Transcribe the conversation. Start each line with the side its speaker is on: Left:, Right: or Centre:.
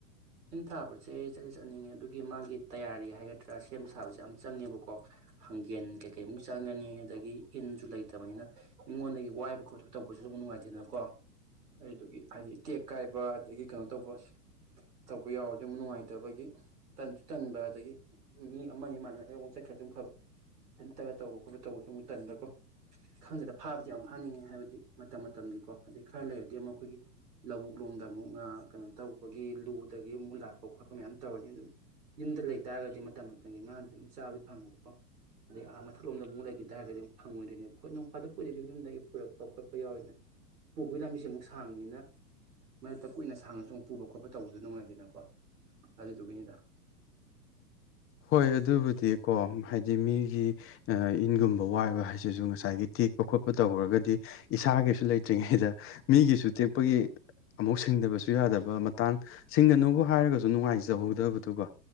Right: ꯏꯟ ꯊꯥꯕꯁꯦ ꯑꯩ ꯆꯠꯂꯤ ꯆꯠꯅꯤꯡꯉꯦ ꯑꯗꯨꯒꯤ ꯃꯥꯒꯤ ꯇꯌꯥꯔꯤ ꯍꯥꯏꯒꯗ꯭ꯔꯥ ꯁꯦꯝ ꯁꯥꯕꯁꯦ ꯌꯥꯝ ꯆꯪꯉꯦꯕꯀꯣ ꯍꯪꯒꯦꯟ ꯀꯩꯀꯩꯃꯨꯛ ꯆꯪꯒꯅꯤ ꯑꯗꯒꯤ ꯏꯟꯁꯨ ꯂꯩꯇꯕꯅꯤꯅ ꯃꯤꯉꯣꯟꯗꯒꯤ ꯋꯥꯏꯕ ꯈꯣꯠꯄ ꯇꯧꯕꯁꯨ ꯑꯗꯨꯝ ꯅꯨꯡꯉꯥꯏꯇꯦꯗꯅꯀꯣ ꯑꯗꯨꯒꯤ ꯍꯥꯏꯗꯤ ꯇꯦꯛ ꯀꯥꯏꯕ ꯑꯗꯒꯤ ꯀꯩꯅꯣ ꯇꯧꯕ ꯇꯧꯕ ꯌꯥꯎꯔꯗꯤ ꯑꯃꯨꯛ ꯅꯨꯡꯉꯥꯏꯇꯕꯒꯤ ꯇꯟꯁꯨ ꯇꯟꯕ ꯑꯗꯒꯤ ꯃꯤ ꯑꯃꯅꯤ ꯃꯥꯥꯟꯅ ꯑꯩ ꯑꯃꯨꯛ ꯆꯠꯈꯔꯁꯨ ꯐꯕ ꯏꯟꯇꯒ ꯇꯧꯕ ꯈꯣꯠꯄ ꯇꯧꯕꯁꯨ ꯑꯃꯨꯛ ꯇꯟꯕꯀꯣ ꯈꯪꯗꯦꯗ ꯐꯥꯕꯗꯤ ꯌꯥꯝ ꯐꯥꯅꯤꯡꯉꯦ ꯍꯥꯏꯕꯗꯤ ꯃꯇꯝ ꯃꯇꯝꯒꯤꯀꯣ ꯑꯗꯩ ꯈꯔ ꯂꯩꯔꯗꯤ ꯑꯃꯨꯛ ꯑꯩꯈꯣꯏꯒꯤ ꯂꯧꯕꯨꯛ ꯂꯣꯝꯗ ꯑꯃꯨꯛ ꯉ ꯀꯩꯅꯣ ꯇꯧꯕꯒꯤ ꯂꯨ ꯑꯗꯨꯒꯤ ꯑꯃꯨꯛ ꯂꯥꯛꯄ ꯈꯣꯠꯄ ꯃꯌꯥꯝ ꯇꯧꯔꯅꯤ ꯑꯗꯨꯝ ꯌꯨꯝꯗ ꯂꯩꯇꯥꯥꯔꯒꯗꯤ ꯃꯇꯝ ꯃꯇꯝꯒꯤ ꯉꯥꯗꯤ ꯑꯗꯨꯝ ꯆꯥꯕꯗꯤ ꯐꯪꯉꯦꯕꯀꯣ ꯑꯗꯩ ꯑꯥ ꯃꯊꯛꯂꯣꯝꯗ ꯑꯃꯨꯛ ꯂꯩꯈꯤ ꯇꯥꯔꯒꯗꯤꯨꯛ ꯐꯪꯉꯣꯏꯗꯣꯏꯅꯦꯕ ꯍꯣꯏ ꯅꯣꯡ ꯐꯥꯗ ꯄꯨꯗꯗꯤ ꯑꯗꯨꯝ ꯌꯨꯝꯗꯒꯤ ꯄꯨꯔꯛꯄ ꯈꯣꯠꯄ ꯌꯥꯎꯋꯅ ꯄꯨꯕꯒꯤ ꯂꯝꯕꯤꯁꯦ ꯑꯃꯨꯛ ꯁꯥꯡꯕꯅꯤꯅ ꯃꯔꯛꯇ ꯀꯨꯏꯅ ꯁꯥꯡꯉꯁꯨ ꯑꯃꯨꯛ ꯄꯨꯕ ꯈꯣꯠꯄ ꯇꯧꯕꯗꯣ ꯅꯨꯡꯉꯥꯏ ꯅꯀꯣ ꯑꯗꯨꯗꯨꯒꯤꯅꯤꯗ
Left: ꯍꯣꯏ ꯑꯗꯨꯕꯨꯗꯤꯀꯣ ꯍꯥꯏꯗꯤ ꯃꯤꯒꯤ ꯏꯟꯒꯨꯝꯕ ꯋꯥꯏꯕ ꯍꯥꯏꯁꯤꯁꯨ ꯉꯁꯥꯏꯒꯤ ꯇꯤꯛ ꯈꯣꯠꯄ ꯇꯧꯔꯒꯗꯤ ꯏꯁꯥꯒꯤ ꯁꯨ ꯂꯩꯇ꯭ꯔꯤꯉꯩꯗ ꯃꯤꯒꯤꯁꯨ ꯇꯦꯛꯄꯒꯤ ꯑꯃꯨꯛ ꯁꯤꯡꯗꯕꯁꯨ ꯌꯥꯗꯕ ꯃꯇꯥꯡ ꯁꯤꯡꯒꯅꯨꯕꯨ ꯍꯥꯏꯔꯒꯁꯨ ꯅꯨꯡꯉꯥꯏꯖꯍꯧꯗꯕꯗꯨꯀꯣ